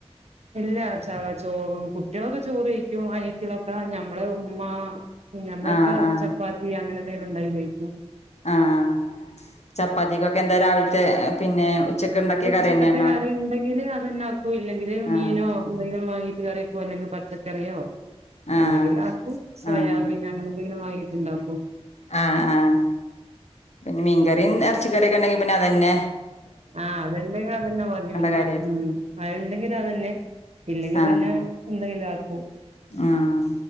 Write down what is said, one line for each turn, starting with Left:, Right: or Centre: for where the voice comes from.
Right: ഇല്ലച്ചാറ ചോറും കുട്ടികളൊക്കെ ചോറ് കിഴിക്കും അനിയത്തിയാളൊക്കെ ഞമ്മള് ഉമ്മ. ഞമ്മളൊക്കെ
Left: ആഹ് ആഹ്
Right: ചപ്പാത്തി അങ്ങനെന്തെങ്കിലും ണ്ടാക്കികഴിക്കും.
Left: ആഹ് ചപ്പാത്തിക്കൊക്കെന്താ രാവിൽ ത്തെ പിന്നെ. ഉച്ചക്ക് ഉണ്ടാക്കിയ
Right: ഉച്ചക്കത്തെ
Left: കറി തന്നെയാണോ
Right: കറിണ്ടെങ്കില് അതെനാക്കൂ ഇല്ലെങ്കില്
Left: ആഹ്
Right: മീനോ. എന്തെങ്കിലും വാങ്ങീട്ട് കറി വെക്കും അല്ലെങ്കിൽ പച്ചക്കറിയോ
Left: ആഹ്
Right: എന്തെങ്കിലും ആക്കു സോയാ
Left: ആഹ്
Right: ബീനോ അങ്ങനെന്തെങ്കിലും വങ്ങിട്ട്ണ്ടാകും.
Left: ആഹ് ആഹ് പിന്നെ മീൻകറി എർച്ചിക്കറിയൊക്കെണ്ടെങ്കി പിന്നതന്നെ.
Right: ആ്ഹ് അത്ണ്ടെങ്കിൽ അതന്നെ മതി പിന്നെ
Left: കാര്യ
Right: ഉം അത്ണ്ടെങ്കി രാവിലെ. ഇല്ലെങ്കി
Left: ആഹ്
Right: പിന്നെ എന്തെങ്കിലും ആക്കും.
Left: ആഹ്